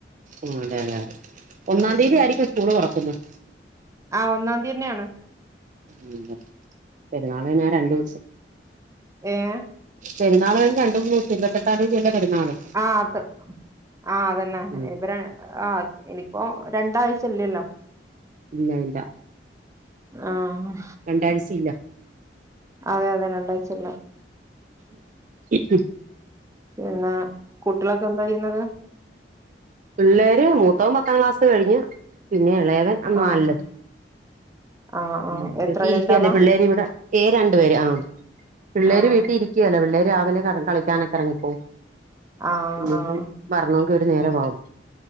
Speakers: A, on the right (about 45°); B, on the right (about 20°).
A: ആഹ് അതെ അതെ അതെ ഒന്നാം
B: ഉം
A: തീയതി
B: ഉം
A: ആയിരിക്കോ സ്കൂള് തൊറക്കുന്നത്.
B: ആഹ് ഒന്നാം തിയന്നെയാണ്.
A: ഉം പെരുന്നാളിന് കഴിഞ്ഞ രണ്ടൂ സം
B: ഏഹ്
A: പെരുന്നാള് രണ്ട് മൂ ഇരുപത്തെട്ടാന്തിയതിയല്ലേ പെരുന്നാള്.
B: ആഹ് അത്ത് ആഹ് അതന്നെ
A: ഉം
B: ഇനിപ്പ രണ്ട് ആഹ് ഇനിപ്പോ രണ്ടാഴ്ച്ചില്ല്യല്ലോ.
A: ഇല്ല്യ ഇല്ല
B: ആഹ്
A: രണ്ടാഴ്ച്ചയില്ല.
B: അതെ അതെ രണ്ടാഴ്ചല്ല
A: <inaudible>
B: പിന്നെ കുട്ടികളൊക്കെ എന്താ ചെയ്യുന്നത്.
A: പിള്ളേര് മൂത്തവൻ പത്താം ക്ലാസ് കഴിഞ്ഞ് പിന്നെ എളയവൻ അ നാല്ല്.
B: ആഹ് ആഹ്
A: ഉം
B: ആഹ് എത്ര
A: വീട്ടീയിരിക്ക്യാല്ലേ
B: രണ്ടാളാ
A: പിള്ളേരിവിടെ തേ രണ്ടു പേര്. ആഹ് പിള്ളേര്.
B: ആഹ്
A: വീട്ടീ ഇരിക്ക്യേല പിള്ളേര് രാവിലെ കറ് കളിക്കാനൊക്ക എറങ്ങിപ്പോകും.
B: ആഹ്
A: ഇനിയിപ്പം
B: ആഹ്
A: വറണോങ്കി ഒരു നേരവാകും